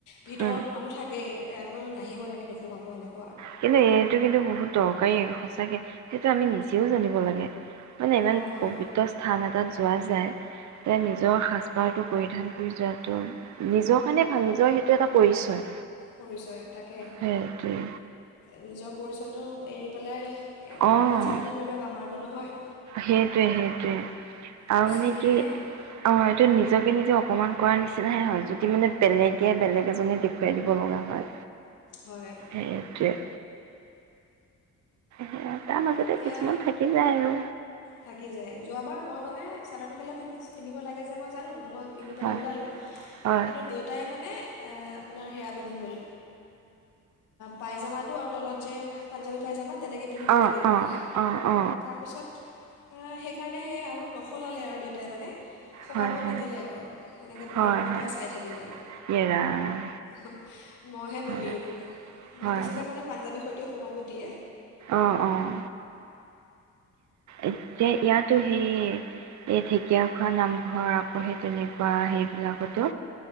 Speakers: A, on the left (about 85°); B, on the right (about 70°).
A: ভিতৰত
B: উম
A: মানুহ থাকেই আপোনালোক নাহিব এনেকৈ নোহোমাব এনেকে
B: কিন্তু এইটো কিন্তু বহুত দৰকাৰী সঁচাকে সেইটো আমি নিজে যিও জানিব লাগে মানে ইমান
A: অঁ হয়
B: পবিত্ৰ স্থান এটাত যোৱা যায় তেওঁ নিজৰ সাজপাৰটো পৰিধান কৰে পূজাটো নিজৰ কাৰণে ভাল নিজৰ সেইটো এটা পৰিচয়
A: পৰিচয় তাকে
B: সেইটোৱে
A: নিজৰ পৰিচয়টো এৰি পেলাই
B: অঁ
A: ম'বাইল চাৰ্জজন ধৰি লওক আমাৰো নহয়
B: সেইটোৱে সেইটোৱে আৰুানে
A: পশ্চিমীয়াহে
B: কি অ হয়তো নিজকে নিজে অকমান কৰা নিচিনাহে সহযোগ মানে বেলেগে বেলেগ এজনে দেখুৱাইছে। যাব লগা হয়
A: হয়
B: সেইতিয়া সেয়া তাৰ মাজতে
A: এতিয়া
B: কিছুমান থাকি যায় আৰু
A: থাকি যায় যোৱাবাৰ মযই মানে চাদৰ মেখেলা পিন্ধিছোঁ পিন্ধিব লাগে যে মই জানো মই পিন্ধি পেলাই
B: হয়
A: ওলালোঁ
B: হয়
A: কিন্তু দেউতাই মানে আপোনাৰ হেয়া পিন্ধি গ'ল পাইজামাটো আৰু তলত যে পাজ্ঞাবি পাইজামা তেনেকৈ পিন্ধি পেলাই
B: অ
A: গ'ল
B: অ
A: মানে
B: অ অ
A: তাৰপিছত আহ সেইকাৰণে সেই আৰু নসলালে আৰু দেউতাই মানে সোমাব
B: হয় হয়
A: নিদিলে আৰু সেনেকৈ দুৱাৰমুখৰ
B: হয় হয়
A: পৰাই চাই থাকিলে ই
B: ইয়ে ৰাম
A: উ মইহে
B: হয়
A: বহিলোঁ মানে
B: হয়
A: ভাবিছিলে মানে পাঞ্জাৱী সৈতেও ক'ব দিয়ে।
B: অঁ অঁ এতিয়া ইয়াতো সেই এই ঢেকীয়াখোৱা নামঘৰ আপহে তেনেকুৱা সেইবিলাকতো